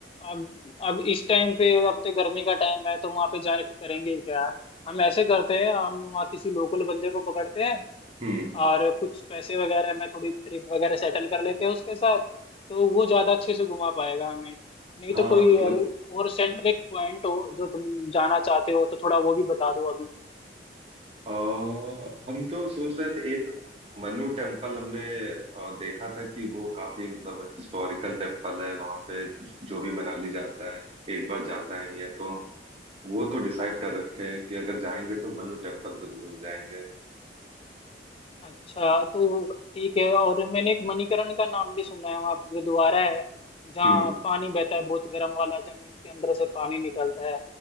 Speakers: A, on the left; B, on the right.
A: अब अब इस टाइम पे अब तो गर्मी का टाइम है तो वहां पे जाके करेंगे क्या हम ऐसे करते हैं हम वहाँ किसी लोकल बंदे को पकड़ते हैं
B: हम्म
A: और कुछ पैसे वगैरह में थोड़ी ट्रिप वगैरह सेटल कर लेते हैं उसके साथ तो वो ज्यादा अच्छे से घुमा पाएगा हमें नहीं
B: हाँ
A: तो कोई
B: मतलब
A: अ, और सेंट्रिक पॉइंट हो जो तुम जाना चाहते हो तो थोड़ा वो भी बता दो अभी
B: आ, हम तो सोच रहे थे एक मनु टेम्पल हमने आ, देखा था कि वो काफी मतलब हिस्टोरिकल टेम्पल है वहां पे जो भी मनाली जाता है एक बार जाता ही है तो हम वो तो डिसाइड कर रखे हैं कि अगर जाएंगे तो मनु टेम्पल तो जरूर जाएंगे
A: अच्छा तो ठीक है और मैंने एक मणिकरण का नाम भी सुना है वहाँ पे गुरुद्वारा है जहाँ
B: हम्म
A: पानी बहता है बहुत गर्म वाला जमीन के अंदर से पानी निकलता है